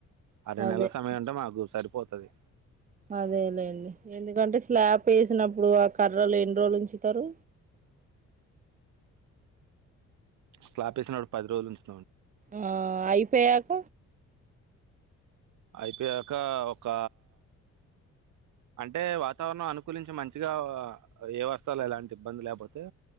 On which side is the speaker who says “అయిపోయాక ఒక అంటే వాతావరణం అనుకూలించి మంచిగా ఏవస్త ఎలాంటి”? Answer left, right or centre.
Right